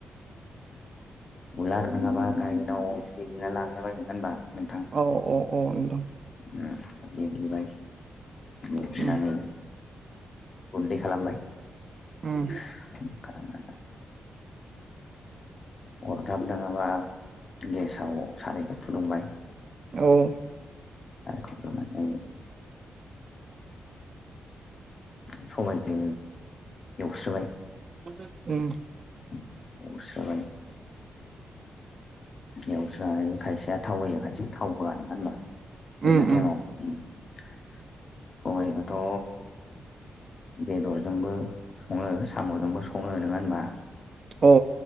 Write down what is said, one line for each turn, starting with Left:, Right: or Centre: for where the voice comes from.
Left: उलार नोङाबा गायेनाव देग्लिना लाग्रोबाय नोङा होनबा नोंथां।
Right: औ औ नोंथां
Left: ओम देग्लिबाय देग्लिनानै
Right: उम
Left: गुन्दै खालामबाय।
Right: ओम
Left: <unintelligible> अरदाब नोङाबा गेसाव सारायखो फुदुंबाय।
Right: औ
Left: <inaudible> आरो फुदुंनानै <inaudible> <inaudible> समायखो एवस्रोबाय।
Right: <inaudible> उम
Left: <inaudible> एवस्रोबाय। एवस्रानै खायसेया थाव होयो खायसेया थाव होआ नङा होनबा एवनाय
Right: उम
Left: टाइमाव।
Right: उम
Left: ओम सबायखोथ' बेदरजोंबो सङो साम'जोंबो सङो नोङा होनबा।
Right: औ